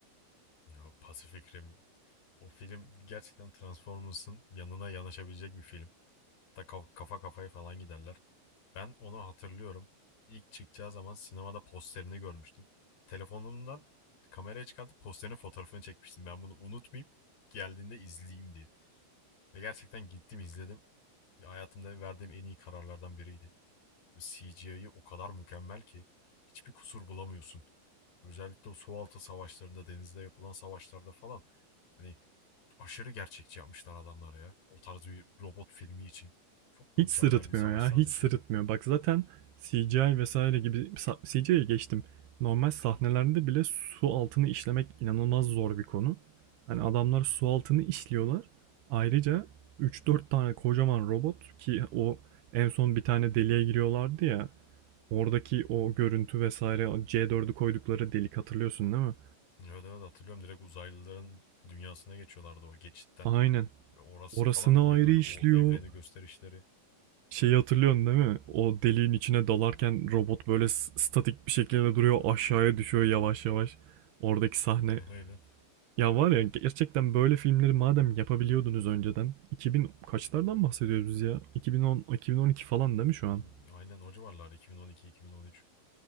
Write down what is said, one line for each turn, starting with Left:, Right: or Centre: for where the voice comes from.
Left: Ya Pacific Rim o film gerçekten Transformers'ın yanına yanaşabilecek bir film. Ta kaf- kafa kafaya falan giderler. Ben onu hatırlıyorum. İlk çıkacağı zaman sinemada posterini görmüştüm. Telefonumdan kameraya çıkartıp posterin fotoğrafını çekmiştim. Ben bunu unutmayıp geldiğinde izleyeyim diye. Ve gerçekten gittim izledim. Ya Hayatımda verdiğim en iyi kararlardan biriydi. Abi CGI'yi o kadar mükemmel ki hiçbir kusur bulamıyorsun. Özellikle o su altı savaşlarında, denizde yapılan savaşlarda falan hani aşırı gerçekçi yapmışlar adamlar ya. O tarz bir robot filmi için. Çok mükemmel
Right: Hiç sırıtmıyor
Left: bir savaş
Right: ya,
Left: sahnesiydi.
Right: hiç sırıtmıyor. Bak zaten CGI vesaire gibi sa- CGI'ye geçtim. Normal sahnelerde bile su altını işlemek inanılmaz zor bir konu. Hani adamlar su altını işliyorlar. Ayrıca üç dört tane kocaman robot ki o en son bir tane deliğe giriyorlardı ya. Oradaki o görüntü vesaire C4'ü koydukları delik hatırlıyorsun değil mi?
Left: Evet evet hatırlıyorum direkt uzaylıların dünyasına geçiyorlardı o geçitten.
Right: Aynen.
Left: Ve orası
Right: Orasını
Left: falan diye
Right: ayrı
Left: böyle
Right: işliyor.
Left: o evreni gösterişleri.
Right: Şeyi hatırlıyorsun değil mi? O deliğin içine dalarken robot böyle s- statik bir şekilde duruyor, aşağıya düşüyor yavaş yavaş. Oradaki sahne.
Left: <laughs> Aynen.
Right: Ya var ya gerçekten böyle filmleri madem yapabiliyordunuz önceden. 2000 kaçlardan bahsediyoruz biz ya? 2010, 2012 falan değil
Left: 2000,
Right: mi şu an?
Left: aynen o civarlar 2012-2013.